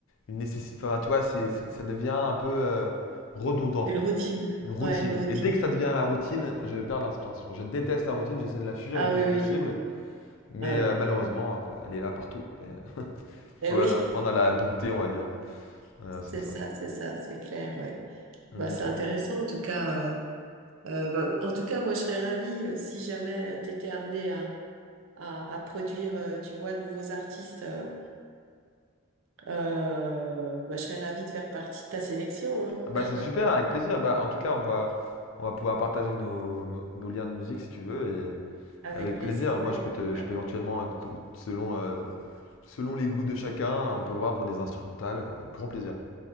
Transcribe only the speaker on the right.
Une routine,
ouais, une routine.
Ah
oui, oui,
ah oui.
Eh oui,
<laughs>
c'est
ça, c'est ça, c'est clair, ouais.
Bah, c'est intéressant en tout cas. euh, Euh, ben, en tout cas, moi, je serais ravie euh, si jamais tu étais amené à, à, à produire, euh, tu vois, de nouveaux artistes. euh, euh, ben, je serais ravie de faire partie de ta sélection, hein.
<laughs>
Avec
plaisir,
ouais.
Ouais,
ouais,